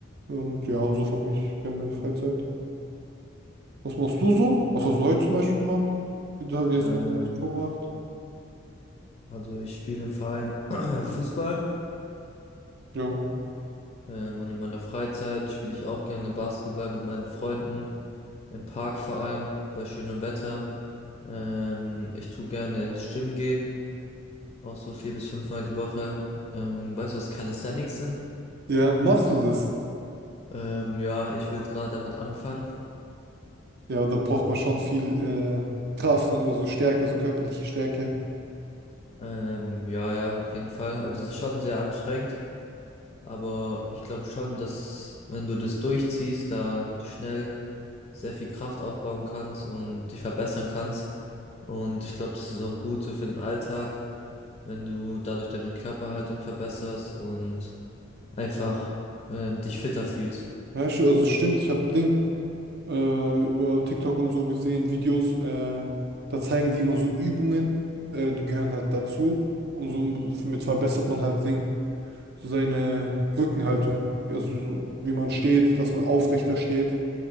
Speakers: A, on the right; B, on the left.
A: Und ja, so verbringe ich gerne meine Freizeit. Was machst du so? Was hast du heute zum Beispiel gemacht? Wie, du- wie hast
B: Ähm,
A: du deine Zeit so verbracht?
B: also ich spiele im Verein <clears throat> Fußball
A: Ja.
B: ähm, und in meiner Freizeit spiele ich auch gerne Basketball mit meinen Freunden, im Park vor allem, bei schönem Wetter. Ähm, ich tue gerne ins Gym gehen, auch so vier bis fünfmal die Woche. Ähm, weißt du, was Calisthenics sind?
A: Ja, machst du das?
B: Ähm, ja, ich will gerade damit anfangen
A: Ja, da braucht man schon viel äh, Kraft und so Stärke, so körperliche Stärke.
B: Ähm, ja, ja, auf jeden Fall. Also es ist schon sehr anstrengend, aber ich glaube schon, dass wenn du das durchziehst, da schnell sehr viel Kraft aufbauen kannst und dich verbessern kannst. Und ich glaube, das ist auch gut so für den Alltag, wenn du dadurch deine Körperhaltung verbesserst und einfach ähm, dich fitter fühlst.
A: Ja, sch- also es stimmt, ich habe Ding äh, über TikTok und so gesehen, Videos, äh, da zeigen die immer so Übungen, äh, die gehören halt dazu und so m- mit verbessert man halt Ding, so seine Rückenhaltung, also so, wie man steht, dass man aufrechter steht.